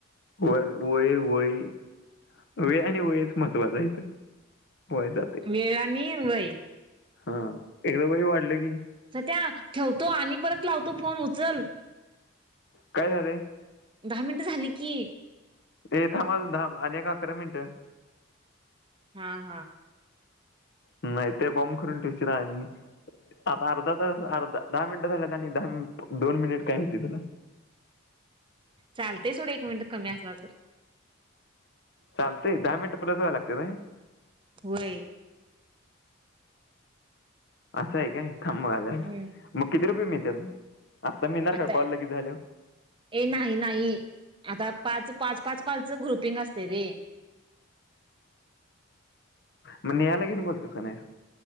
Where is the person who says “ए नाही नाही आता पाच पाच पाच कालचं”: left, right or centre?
Right